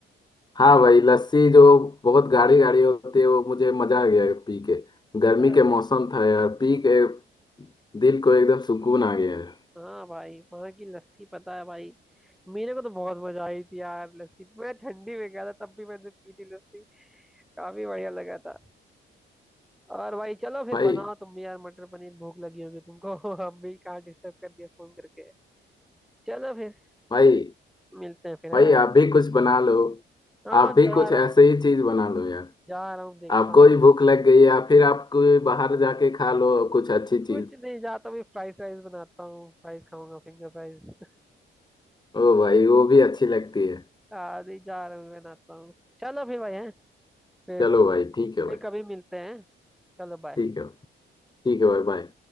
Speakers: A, on the left; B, in the centre.
A: हाँ भाई लस्सी जो बहुत गाढ़ी गाढ़ी होती है वो मुझे मजा आ गया पी के गर्मी
B: अ,
A: के मौसम था यार पी के दिल को एकदम सुकून आ गया है
B: हाँ भाई वहाँ की लस्सी पता है भाई मेरे को तो बहुत मजा आई थी यार लस्सी मैं ठंडी में गया था तब भी मैंने पी थी लस्सी काफी बढ़िया लगा था और भाई चलो फिर
A: भाई
B: बनाओ तुम भी यार मटर पनीर भूख लगी होगी तुमको <laughs> अब भी कहाँ डिस्टर्ब कर दिया फोन करके चलो फिर
A: भाई
B: मिलते हैं फिर है
A: भाई
B: भाई
A: आप भी कुछ बना लो
B: हाँ
A: आप भी
B: जा
A: कुछ
B: रहा
A: ऐसे
B: हूँ
A: ही चीज बना लो यार
B: जा रहा हूँ देखता
A: आपको
B: हूँ
A: ही भूख लग गई या फिर आप कोई बाहर जाके खा लो कुछ अच्छी चीज
B: कुछ नहीं जाता हूँ फ्राइज राइस बनाता हूँ फ्राइज खाऊंगा फिंगर फ्राइज
A: ओ भाई वो भी अच्छी लगती है
B: <laughs> आज ही जा रहा हूँ बनाता हूँ चलो फिर भाई है फिर
A: चलो भाई ठीक है
B: फिर
A: भाई
B: कभी मिलते हैं चलो बाय
A: ठीक है ठीक है भाई बाय